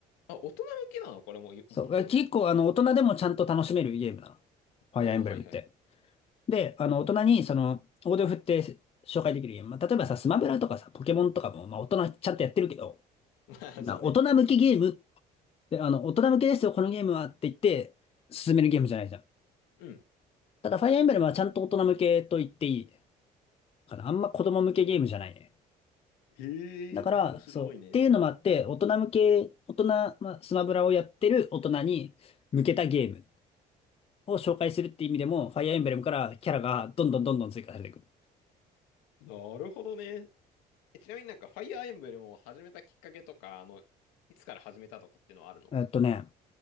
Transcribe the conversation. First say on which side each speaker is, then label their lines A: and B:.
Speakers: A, on the left; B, on the left.
A: あ、大人向けなのこれもう、
B: そう。
A: 本当に。
B: 結構、あの、大人でもちゃんと楽しめるゲームなの。ファイアーエンブレムって。
A: うん、はいはい。
B: で、あの、大人に、その、大手を振って紹介できるゲーム。まあ、例えばさ、スマブラとかさ、ポケモンとかも、まあ、大人ちゃんとやってるけど、
A: <laughs> まあ、
B: まあ、
A: そうね。
B: 大人向きゲームであの、大人向けですよ、このゲームはって言って、進めるゲームじゃないじゃん。
A: うん。
B: ただ、ファイアーエンブレムはちゃんと大人向けと言っていいかな。あんま子供向けゲームじゃないね。
A: へえ、
B: だから、
A: 面白いね。
B: そう。っていうのもあって、大人向け、大人、まあ、スマブラをやってる大人に向けたゲームを紹介するっていう意味でも、ファイアーエンブレムからキャラがどんどんどんどん追加されていく。
A: なるほどね。え、ちなみになんか、ファイアーエンブレムを始めたきっかけとか、あの、いつから始めたとかっていうのはあるの
B: えっとね、